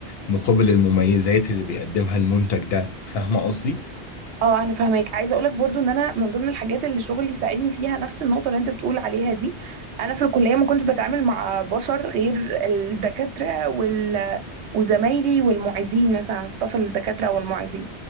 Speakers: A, on the left; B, on the right.
A: مقابل المميزات اللي بيقدمها المنتج ده فاهمة قصدي؟
B: اه انا فاهماك عايزه اقولك برضو ان انا من ضمن الحاجات اللي شغلي ساعدني فيها نفس النقطه اللي انت بتقول عليها دي انا في الكليه ما كنتش بتعامل مع بشر غير الدكاتره وال وزمايلي والمعيدين مثلا ستاف الدكاتره والمعيدين